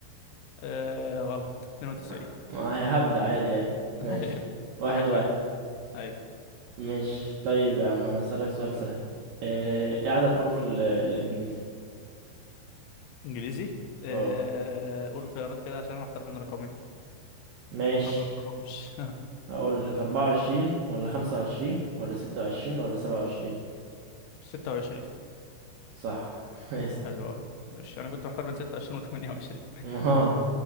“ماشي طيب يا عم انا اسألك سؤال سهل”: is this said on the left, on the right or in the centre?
Right